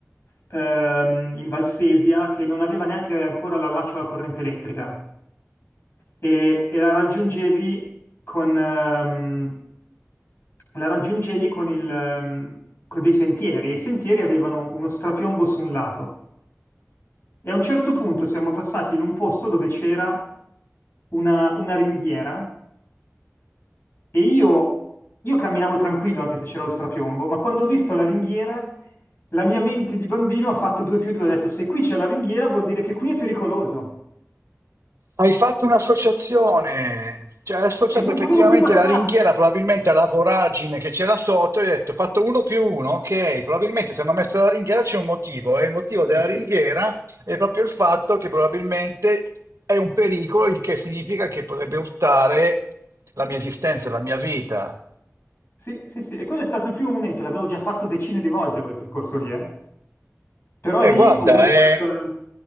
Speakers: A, on the left; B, on the right.
A: ehm, in Valsesia che non aveva neanche ancora l'allaccio alla corrente elettrica e, e la raggiungevi con, ehm, la raggiungevi con, il, ehm, con dei sentieri e i sentieri avevano uno strapiombo su un lato. E a un certo punto siamo passati in un posto dove c'era una, una ringhiera e io, io camminavo tranquillo anche se c'era lo strapiombo, ma quando ho visto la ringhiera, la mia mente di bambino ha fatto due più due, ha detto se qui c'è la ringhiera vuol dire che qui è pericoloso
B: Hai fatto un'associazione, cioè hai associato
A: e non
B: effettivamente
A: volevo più passare.
B: la ringhiera probabilmente alla voragine che c'era sotto, e hai detto ho fatto uno più uno, ok, probabilmente se hanno messo la ringhiera c'è un motivo e il motivo della ringhiera
A: Sì,
B: è proprio il fatto che probabilmente è un pericolo, il che significa che potrebbe urtare la mia esistenza, la mia vita.
A: sì, sì, sì. E quello è stato il primo momento, l'avevo già fatto decine di volte quel percorso lì, eh. Però
B: E
A: lì
B: guarda,
A: ho avuto
B: è,
A: questa...